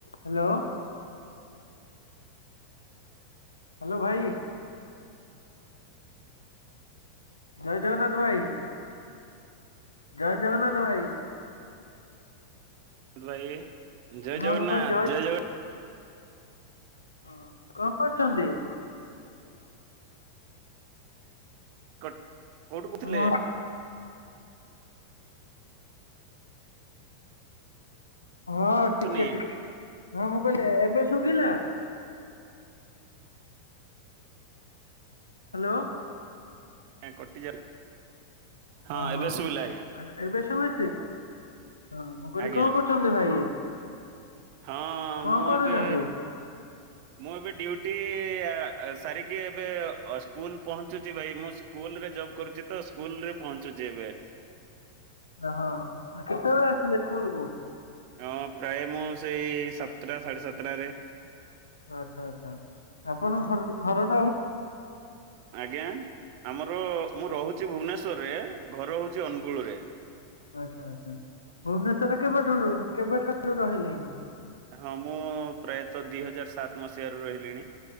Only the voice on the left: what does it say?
ହାଲୋ। ହାଲୋ ଭାଇ। ଜୟ ଜଗନ୍ନାଥ ଭାଇ ଜୟ ଜଗନ୍ନାଥ ଭାଇ।
ହଁ
ମୁଁ କହିଲି
ହଁ କଣ କରୁଛନ୍ତି?
ହଁ ହଁ ଟିକେ
ଟି ହଁ ମୁଁ କହିଲି ଏ-ଏବେ ଶୁଭିଲା। ହାଲୋ।
ଓହୋ
ଏ-ଏବେ ଶୁଭି ହୁଁ ହଁ ମୁଁ କହିଲି
କଣ କରୁଛନ୍ତି ଭାଇ?
କଣ
କରୁଛନ୍ତି?
ଓହୋ ଆ କେତେବେଳେ ଆସିଲେ ସ୍କୁଲକୁୁ?
ଆଚ୍ଛା ଆଚ୍ଛା ଆପଣଙ୍କ ଘର ଘରଟା।
ଆଚ୍ଛା ଆଚ୍ଛା ଭୁବନେଶ୍ୱରରେ କେବେଠାରୁ କେବେଠାରୁ ରହିଲେଣିି?